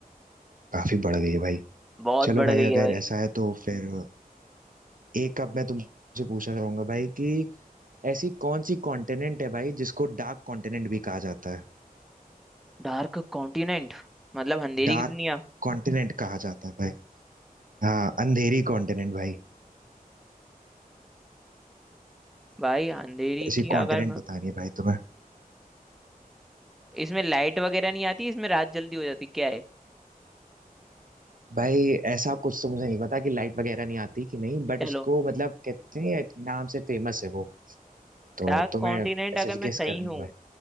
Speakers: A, on the right; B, in the centre.
A: काफी बढ़ गई है भाई
B: बहुत
A: चलो
B: बढ़
A: भाई
B: गई है
A: अगर
B: भाई
A: ऐसा है तो फिर एक अब मैं तुमसे पूछना चाहूंगा भाई कि ऐसी कौन सी कॉन्टिनेंट है भाई जिसको डार्क कॉन्टिनेंट भी कहा जाता है
B: डार्क कॉन्टिनेंट मतलब अंधेरी
A: डार्क
B: की दुनिया
A: कॉन्टिनेंट कहा जाता है भाई हाँ अंधेरी कॉन्टिनेंट भाई
B: भाई अंधेरी
A: ऐसी
B: की
A: कॉन्टिनेंट
B: अगर मैं-
A: बतानी है भाई तुम्हें
B: इसमें लाइट वगैरह नहीं आती इसमें रात जल्दी हो जाती क्या है
A: भाई ऐसा कुछ तो मुझे नहीं पता कि लाइट वगैरह नहीं आती कि नहीं बट
B: चलो
A: उसको मतलब कहते हैं एक नाम से फेमस है वो तो
B: डार्क
A: तुम्हें
B: कॉन्टिनेंट
A: ऐसे
B: अगर मैं
A: गेस
B: सही
A: करनी
B: हूँ
A: है भाई